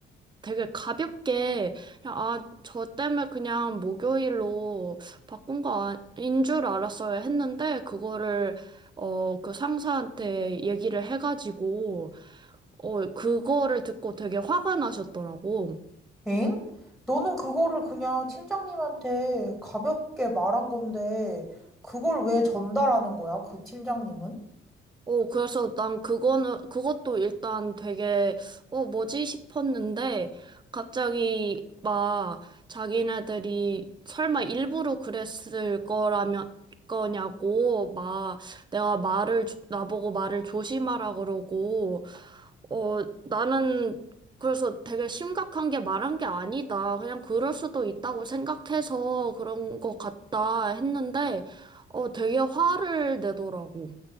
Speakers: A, on the right (about 20°); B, in the centre.
A: 되게 가볍게 그냥 아, 저 때문에 그냥 목요일로 바꾼 거 아닌 줄 알았어야 했는데 그거를 어, 그 상사한테 얘기를 해가지고 어, 그거를 듣고 되게 화가 나셨더라고.
B: 엥? 너는 그거를 그냥 팀장님한테 가볍게 말한 건데, 그걸 왜 전달하는 거야? 그 팀장님은?
A: 어, 그래서 난 그거는, 그것도 일단 되게, 어, 뭐지 싶었는데, 갑자기 막 자기네들이 설마 일부러 그랬을 거라면, 거냐고, 막 내가 말을, 조- 나보고 말을 조심하라 그러고, 어, 나는 그래서 되게 심각한 게 말한 게 아니다. 그냥 그럴 수도 있다고 생각해서 그런 것 같다 했는데, 어, 되게 화를 내더라고.